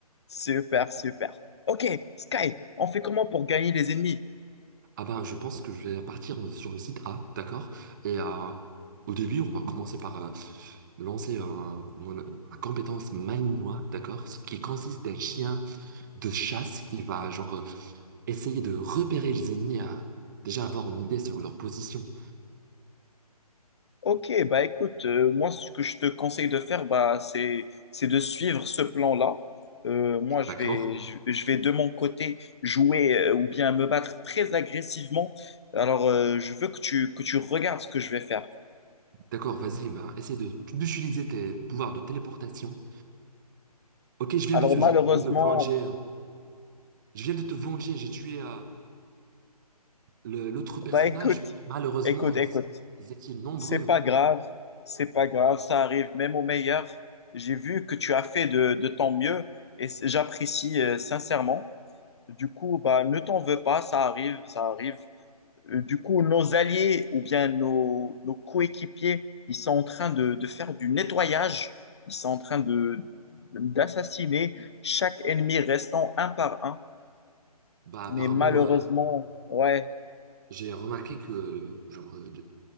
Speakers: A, on the left; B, on the right.
A: Super, super. Ok, Sky, on fait comment pour gagner les ennemis?
B: Ah bah, je pense que je vais partir euh, sur le site A, d'accord? Et euh, au début, on va commencer par euh, lancer un, mon- un compétence malinois, d'accord? Ce qui consiste d'un chien de chasse qui va genre euh, essayer de repérer les ennemis à déjà avoir une idée sur leur position,
A: Ok, bah écoute, euh, moi ce que je te conseille de faire, bah c'est c'est de suivre ce plan-là. Euh, moi je
B: d'accord?
A: vais je, je vais de mon côté jouer euh, ou bien me battre très agressivement. Alors euh, je veux que tu que tu regardes ce que je vais faire.
B: D'accord, vas-y, bah, essaie de- d'utiliser tes pouvoirs de téléportation. Ok, je viens
A: Alors
B: de, je-
A: malheureusement,
B: de te venger. Je viens de te venger, j'ai tué. euh, Le- l'autre personnage,
A: bah écoute,
B: malheureusement,
A: écoute,
B: ils,
A: écoute,
B: ils étaient nombreux.
A: c'est pas grave, c'est pas grave, ça arrive même au meilleur. J'ai vu que tu as fait de de ton mieux et c- j'apprécie euh, sincèrement. Du coup, bah ne t'en veux pas, ça arrive, ça arrive. euh, du coup, nos alliés ou bien nos, nos coéquipiers, ils sont en train de, de faire du nettoyage, ils sont en train de d'assassiner chaque ennemi restant un par un.
B: Bah,
A: Mais
B: apparemment,
A: malheureusement,
B: euh,
A: ouais.
B: j'ai remarqué que genre, euh, de-